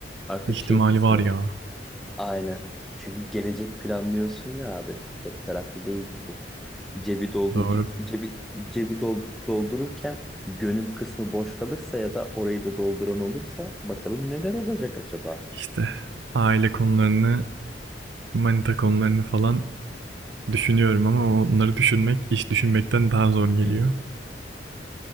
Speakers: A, in the centre; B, on the right.
A: Artık
B: İhtimali
A: şey kısmı
B: var ya.
A: aynen. Çünkü gelecek planlıyorsun ya abi. Tek taraflı değil ki bu. Cebi doldurduk
B: Doğru
A: cebi cebi dol- doldururken gönül kısmı boş kalırsa ya da orayı da dolduran olursa bakalım neler olacak acaba?
B: İşte aile konularını, manita konularını falan düşünüyorum ama onları düşünmek iş düşünmekten daha zor geliyor.
A: Hmm.